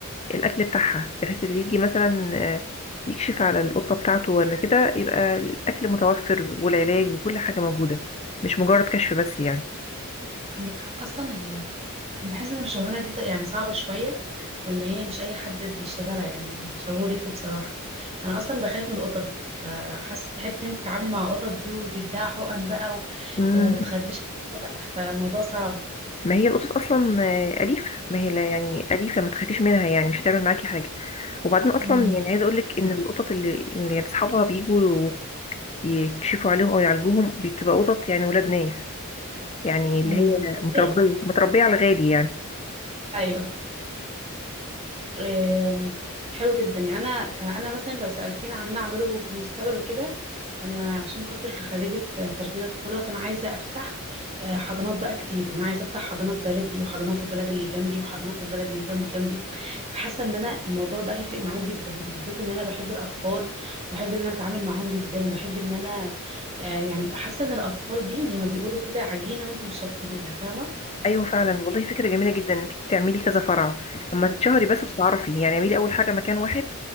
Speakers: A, on the left (about 30°); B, on the right (about 30°).
A: الاكل بتاعها بحيث اللي يجي مثلا آه، يكشف على القطه بتاعته ولا كده يبقى الاكل متوفر والعلاج وكل حاجه موجوده مش مجرد كشف بس يعني
B: عندك حق اصلا ال... بحس ان الشغلانه دي ت- يعني صعبه شويه وان هي مش اي حد بيشتغلها يعني شابوه ليكوا بصراحه انا اصلا بخاف من القطط فحاسه حته ان انت تتعاملي مع القطط دي وتديها حقن بقى و...
A: مم.
B: وتخربش لا فالموضوع صعب
A: ما هي القطط اصلا آه، اليفه ما هي لا يعني اليفه ما تخافيش منها يعني مش هتعمل معاكي حاجه وبعدين اصلا
B: امم
A: يعني عايزه اقول لك ان القطط اللي اللي يعني اصحابها بيجوا يكشفوا عليهم او يعالجوهم بتبقى قطط يعني ولاد ناس يعني اللي
B: امم
A: هي
B: مربيه
A: متربيه متربيه على الغالي يعني
B: ايوه آم، حلو جدا يعني انا انا مثلا لو سالتيني عن اعمله في المستقبل وكده انا عشان خاطر خريجه تربيه طفوله فانا عايزه افتح آه، حضانات بقى كتير يعني انا عايزه افتح حضانه في بلدي وحضانه في البلد اللي جنبي وحضانه في البلد اللي جنب جنبي حاسه ان انا الموضوع ده هيفرق معايا جدا يعني بالذات ان انا بحب الاطفال وبحب ان انا اتعامل معاهم جدا وبحب ان انا آه، يعني حاسه ان الاطفال دي زي ما بيقولوا كده عجينه وانت مشكليها فاهمه
A: ايوه فعلا والله فكره جميله جدا انك إنتي تعملي كذا فرع اما تتشهري بس وتتعرفي يعني اعملي اول حاجه مكان واحد